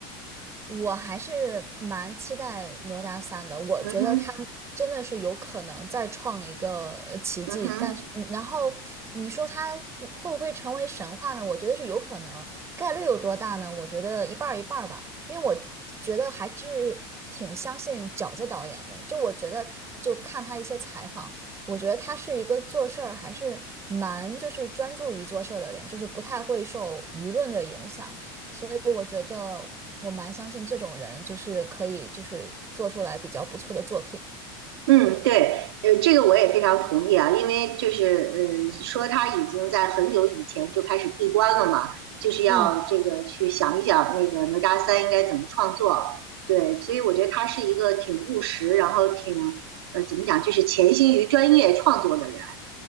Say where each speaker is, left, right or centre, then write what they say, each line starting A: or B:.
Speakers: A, on the right; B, on the right.
A: 我还是蛮期待哪吒三的，我觉得他真的是有可能再创一个呃奇迹，
B: 嗯哼，嗯哼。
A: 但是，嗯然后你说他会不会成为神话呢？我觉得是有可能，概率有多大呢？我觉得一半儿一半儿吧，因为我觉得还是挺相信饺子导演的，就我觉得。就看他一些采访，我觉得他是一个做事儿还是蛮就是专注于做事儿的人，就是不太会受舆论的影响。所以我觉得我蛮相信这种人，就是可以就是做出来比较不错的作品。
B: 嗯，对，呃，这个我也非常同意啊，因为就是呃，说他已经在很久以前就开始闭关了嘛，就是要这个去想一想那个哪吒三应该怎么创作，
A: 嗯。
B: 对，所以我觉得他是一个挺务实，然后挺呃怎么讲，就是潜心于专业创作的人，